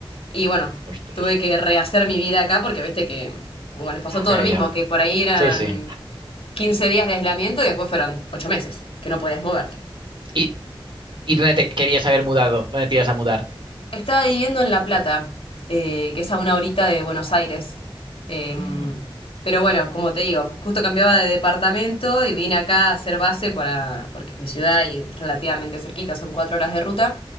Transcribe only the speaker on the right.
Ostras.
Ya,
ya.
Sí, sí.
¿Y, y dónde te querías haber mudado? ¿Dónde te ibas a mudar?
Mm,